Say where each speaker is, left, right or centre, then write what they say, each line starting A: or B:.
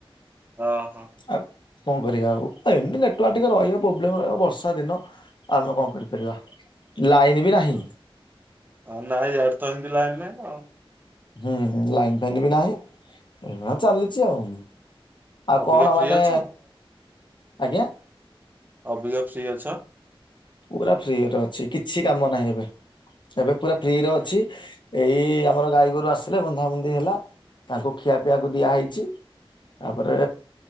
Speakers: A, on the right; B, on the left.
A: ଅ ହଁ।
B: ଆ କଣ କରିବା ଆଉ ଏମତି ନେଟୱାର ଟିକେ ରହିବ ପ୍ରୋବ୍ଲେମ୍ ରହିବ ବର୍ଷା ଦିନ ଆମେ କଣ କରିପାରିବା, ଲାଇନ ବି ନାହିଁ।
A: ହଁ ନାଇଁ ଯାଉଛି ହେମ୍ତି ଲାଇନ୍ ନାଇଁ ଆଉ।
B: ହୁଁ ଲାଇନ ଫାଇନ୍ ବି ନାହିଁ ହଁ ଚାଲିଛି ଆଉ। ଆଉ
A: ଅବିକା
B: କଣ
A: ଫ୍ରି
B: ମାନେ
A: ଅଛ
B: ଆଜ୍ଞା
A: ଅବିଗା ଫ୍ରି ଅଛ।
B: ପୁରା ଫ୍ରି ରେ ଅଛି କିଛି କାମ ନାହିଁ ଏବେ। ଏବେ ପୁରା ଫ୍ରିରେ ଅଛି। ଏଇ ଆମର ଗାଈ ଗୋରୁ ଆସିଲେ ବନ୍ଧାାବନ୍ଧି ହେଲା। ତାଙ୍କୁ ଖିଆ ପିଆକୁ ଦିଆହେଇଛି। ତାପରେ